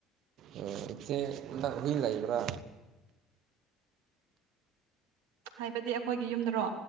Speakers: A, on the right (about 60°); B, on the right (about 75°).
A: ꯑꯣ ꯏꯆꯦꯥꯛ ꯍꯨꯏ ꯂ ꯂꯩꯕ꯭ꯔꯥ
B: ꯍꯥꯏꯕꯗꯤ ꯑꯩꯈꯣꯏꯒꯤ ꯌꯨꯝꯗꯔꯣ